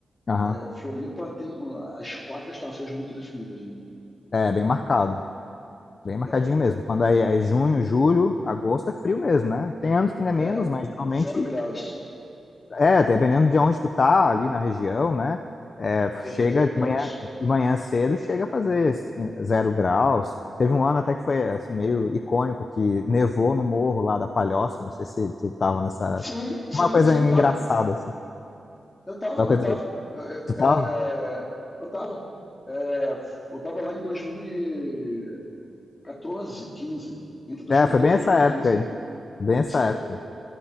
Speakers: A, on the left; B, on the left.
A: aham,
B: É, Floripa tem as quatro estações muito definidas, né?
A: é bem marcado, bem marcadinho
B: É,
A: mesmo. Quando aí é junho, julho, agosto é frio mesmo, né? Tem anos que não é
B: é,
A: menos, mas geralmente
B: zero graus.
A: É, dependendo de onde tu tá ali na região, né? É, chega
B: Eu peguei zero
A: de
B: graus.
A: manhã, de manhã cedo, chega a fazer s- zero graus. Teve um ano até que foi assim meio icônico que nevou no morro lá da Palhoça. Não sei se tu tava nessa época.
B: Sim, sim,
A: É Uma coisa
B: sim,
A: engraçada
B: tava.
A: assim.
B: Eu tava,
A: É Uma coisa.
B: eu tava. Eu, é,
A: Tu tava?
B: é, eu tava. É, eu tava lá em 2014, 15. Entre 2014
A: É, foi bem essa
B: e 2015.
A: época aí. Bem
B: Isso
A: essa
B: aí.
A: época,